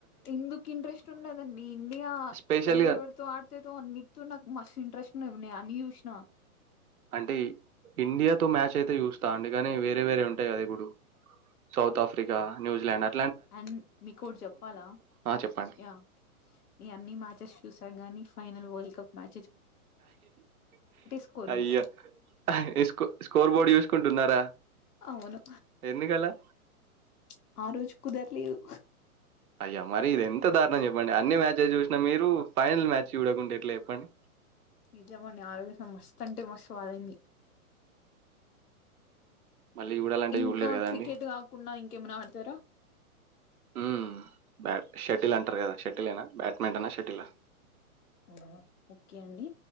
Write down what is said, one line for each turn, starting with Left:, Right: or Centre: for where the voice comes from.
Left: ఎందుకు ఇంట్రెస్ట్ ఉండదండి ఇండియా
Right: స్పెషల్‌గా
Left: ఎవరెవరితో ఆడుతదో అన్నిటితో నాకు మస్ ఇంట్రెస్ట్ నే ఉన్నాయి అన్ని చూస్నా.
Right: అంటే ఇండియాతో మ్యాచ్ అయితే చూస్తా అండి. కాని వేరే వేరే ఉంటాయి కదా ఇప్పుడు South Africa, New Zealand uh
Left: and మీకు ఒకటి చెప్పాలా
Right: ఆ! చెప్పండి.
Left: యా నే అన్ని మ్యాచెస్ చూస్తా గాని ఫైనల్ వరల్డ్ కప్ మ్యా స్కోర్
Right: అయ్యా
Left: చూసా
Right: స్కొ స్కోర్ బోర్డు చూసుకుంటున్నారా
Left: అవును
Right: ఎందుకలా?
Left: ప్చ్ ఆ రోజు కుదర్లేదు.
Right: అయ్యా మరి ఇది ఎంత దారుణం చెప్పండి అన్ని మ్యాచెస్ చూసినా మీరు ఫైనల్ మ్యాచ్ చూడకుంటే ఎట్ల చెప్పండి
Left: నిజమండీ ఆ రోజు అసలు మస్తు అంటే మస్తు బాధైంది
Right: మళ్ళీ జూడాలంటే
Left: ఇంకా
Right: జూడలేరు గదండీ!
Left: క్రికెట్ కాకుండా ఇంకేమన తరా
Right: హమ్ బ్యా షటిల్ అంటారు కదా షటిల్ ఏనా బ్యాట్మింటన్ ఆ షటిల్ ఆ
Left: ఆ ఒకే అండి